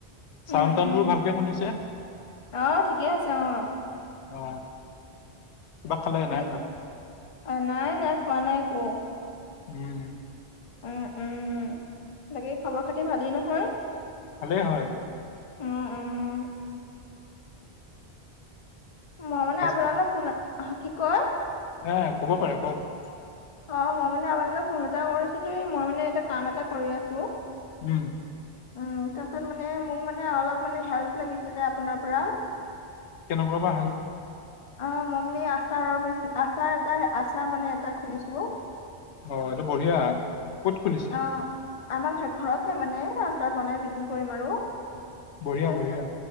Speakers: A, on the left (about 35°); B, on the left (about 90°).
A: উম
B: চাউণ্ড তাউণ্ডবোৰ
A: উম,
B: ভালকে শুনিছে?
A: অ' ঠিকে আছে অ'
B: অ', কিবা খালে?
A: বাকী
B: নাই
A: খ-
B: খোৱা।
A: অ' নাই নাই, খোৱা নাই একো।
B: উম।
A: উম উম। বাকী খবৰ খাতি ভালেই নহয়?
B: ভালে, হয়।
A: উম উম, মই মানে
B: ফাৰ্ষ্ট-
A: আপোনালোক ফোন, অ', কি কয়?
B: এ, ক'ব পাৰে, কওক।
A: অ' মই মানে আপোনালৈ ফোন এটা কৰিছিলোঁ, মই মানে এটা কাম এটা কৰি আছোঁ।
B: উম।
A: উম, তাৰপিছত মানে, মোক মানে, অলপ মানে হেল্প লাগিছিলে আপোনাৰ পৰা।
B: কেনেকুৱাবা হেল্প?
A: অ' মই মানে আচাৰৰ বিজ, আচাৰ এটা, আচাৰ মানে এটা খুলিছোঁ।
B: অ' এইটো বঢ়িয়া। ক'ত খুলিছে
A: অ', আমাৰ হে, ঘৰতে মানে ৰাস্তাত বনাই বিক্ৰী কৰিম আৰু। তাৰপিছত,
B: বঢ়িয়া বঢ়িয়া